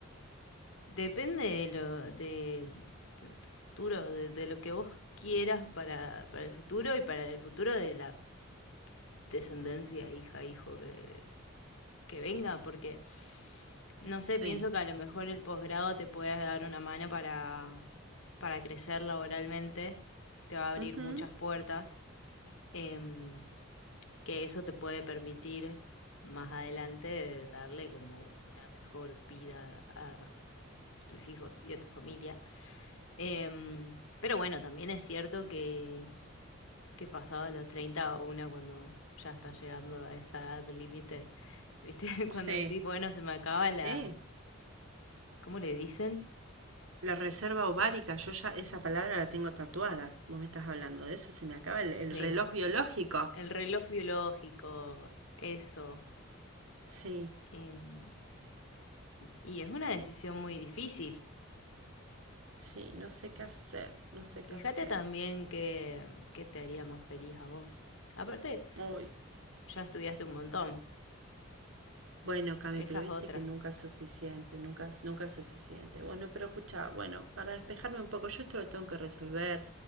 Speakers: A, on the left; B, on the right.
A: depende de lo del- de, tu futuro, de, de lo que vos quieras para, para el futuro y para el futuro de la descendencia, hija, hijo que, que venga, porque No sé,
B: sí.
A: pienso que a lo mejor el posgrado te puede dar una mano para, para crecer laboralmente, te va a abrir
B: Ujú,
A: muchas puertas, em, que eso te puede permitir más adelante darle como una mejor vida a tus hijos y a tu familia. Em, pero bueno, también es cierto que, que pasados los 30 una cuando ya está llegando a esa edad límite, ¿viste? <laughs>
B: Sí,
A: Cuando decís, bueno, se me acaba la...
B: sí.
A: ¿Cómo le dicen?
B: La reserva ovárica, yo ya esa palabra la tengo tatuada. Vos me estás hablando de eso, se me acaba
A: Sí,
B: el, el reloj biológico.
A: el reloj biológico, eso.
B: Sí,
A: em, y es una decisión muy difícil.
B: sí, no sé qué hacer, no sé
A: Fíjate
B: qué hacer.
A: también qué, qué te haría más feliz a vos. Aparte,
B: Ay,
A: ya estudiaste un montón.
B: Bueno, Cami,
A: Esa
B: pero viste
A: es otra.
B: que nunca es suficiente, nunca es, nunca es suficiente. Bueno, pero escucha, bueno, para despejarme un poco, yo esto lo tengo que resolver,